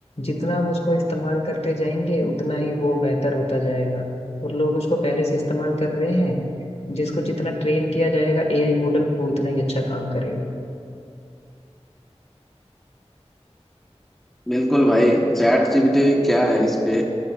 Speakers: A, on the left; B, in the centre.
A: जितना हम उसको इस्तेमाल करते जाएंगे उतना ही वो बेहतर होता जाएगा और लोग उसको पहले से इस्तेमाल कर रहे हैं जिसको जितना ट्रेन किया जाएगा एआई मॉडल को, वो उतना ही अच्छा काम करेगा
B: बिल्कुल भाई चैट जीपीटी क्या है इस पे